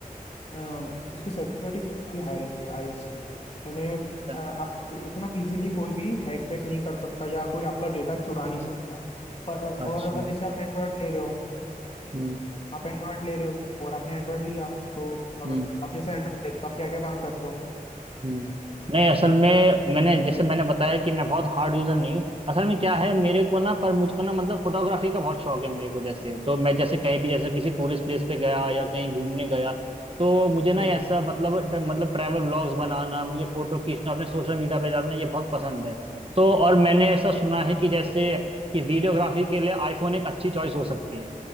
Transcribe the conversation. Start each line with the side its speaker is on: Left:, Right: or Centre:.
Left: अ, उसकी सिक्योरिटी काफी हाई रहती है आईओएस की यानी
Right: अच्छा
Left: अ, आप इतना इजीली कोई भी हैक पैक नहीं कर सकता या कोई आपका डेटा चुरा नहीं सकता पर और
Right: अच्छा,
Left: अगर जैसे आप एंड्रॉयड ले रहे हो
Right: हम्म
Left: आप एंड्रॉयड ले रहे हो और आपने एंड्रॉयड लिया तो अगर
Right: हम्म
Left: आप जैसे एंड्रॉयड ले तो आप क्या क्या काम करते हो
Right: हम्म नहीं असल में मैंने जैसे मैंने बताया कि मैं बहुत हार्ड यूजर नहीं हूँ असल में क्या है मेरे को ना पर मुझको ना मतलब फोटोग्राफी का बहुत शौक है मेरे को जैसे तो मैं जैसे कहीं भी जैसे किसी टूरिस्ट प्लेस पे गया या कहीं घूमने गया तो मुझे ना
Left: हम्म
Right: ऐसा मतलब ट- मतलब ट्रैवल व्लॉग्स बनाना मुझे फोटो खींचना अपने सोशल मीडिया पे डालना ये बहुत पसंद है तो और मैंने ऐसा सुना है कि जैसे कि वीडियोग्राफी के लिए आईफोन एक अच्छी चॉइस हो सकती है